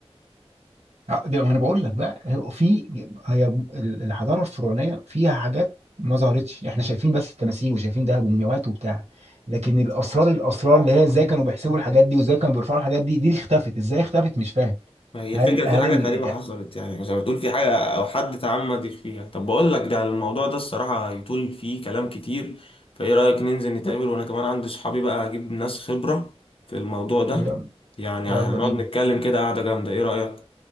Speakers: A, on the right; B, on the left.
A: آه، ده ما انا بقول لك بقى هو في هي ال- الحضاره الفرعونيه فيها حاجات ما ظهرتش احنا شايفين بس التماثيل وشايفين دهب ومومياوات وبتاع لكن الاسرار الاسرار اللي هي ازاي كانوا بيحسبوا الحاجات دي وازاي كانوا بيرفعوا الحاجات دي دي اللي اختفت ازاي اختفت مش فاهم
B: ما هي
A: هل
B: الفكره
A: هل
B: في حاجه
A: ال...
B: غريبه حصلت يعني زي ما تقول في حاجه او حد تعمد فيها طب بقول لك ده الموضوع ده الصراحه يطول فيه كلام كتير فايه رايك ننزل نتقابل وانا كمان عندي صحابي بقى هجيب ناس خبره في الموضوع ده
A: يلا
B: يعني
A: يلا
B: هنقعد
A: بينا
B: نتكلم كده قعده جامده ايه رايك